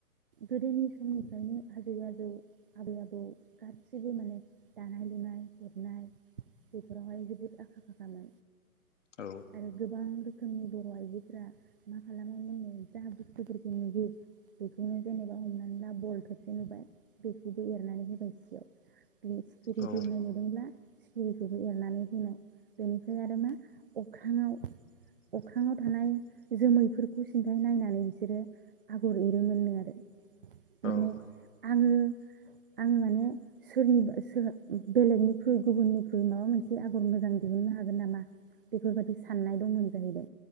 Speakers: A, on the right; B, on the left.
A: गोदोनि समनिफ्रायनो आजै आजौ आबै आबौ गासिबो माने दानाय लुनाय हेबनाय बेफोरावहाय जोबोद आखा फाखामोन
B: औ
A: आरो गोबां रोखोमनि बर' आइजोफोरा मा खालामोमोननो जा बुस्थुफोरखौ नुयो बेखौनो जेनेबा हमनानै ला बल खेबसे नुबाय बेखौबो एरनानै होबाय सियाव बे सिखिरि
B: औ
A: बिरनाय नुदोंब्ला सिखिरिखौबो एरनानै होनाय बेनिफ्राय आरो मा अख्राङाव अख्राङाव थानाय जोमैफोरखौ सिन्थाय नायनानै बिसोरो आगर एरोमोननो आरो
B: औ
A: माने आङो आङो माने सोरनिबा सोर बेलेगनिख्रुइ गुबुननिख्रुइ माबा मोनसे आगर मोजां दिहुननो हागोन नामा बेफोरबायदि साननाय दंमोन जाहैदों